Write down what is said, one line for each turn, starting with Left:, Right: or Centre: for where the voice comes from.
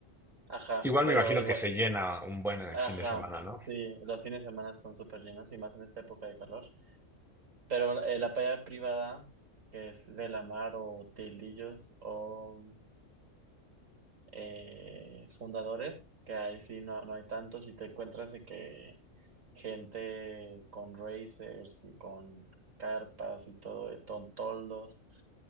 Right: ajá,
Centre: Igual
Right: pero
Centre: me imagino
Right: igual,
Centre: que se llena un buen el
Right: ajá,
Centre: fin de semana, ¿no?
Right: sí, los fines de semana son súper llenos y más en esta época de calor, pero eh, la playa privada, que es de la mar o Tildillos o eh, Fundadores, que ahí sí no, no hay tantos y te encuentras de que gente con racers y con carpas y todo, eh, con toldos.